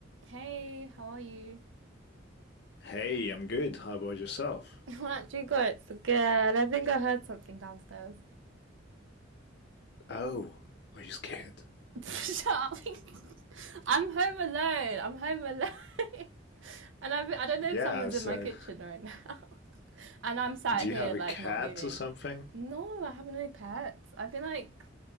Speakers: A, on the right (about 80°); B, on the left (about 55°).
A: Hey, how are you?
B: Hey, I'm good. How about yourself?
A: <laughs> Aren't you good? It's good. I think I heard something downstairs.
B: Oh, are you scared?
A: <laughs> Shut up. <laughs> I'm home alone. I'm home alone. <laughs> and I've, I don't
B: Yeah,
A: know if someone's
B: so
A: in my kitchen right now. <laughs> And I'm sat
B: do
A: here,
B: you have
A: like,
B: a cat
A: not moving.
B: or something?
A: No, I have no pets. I feel like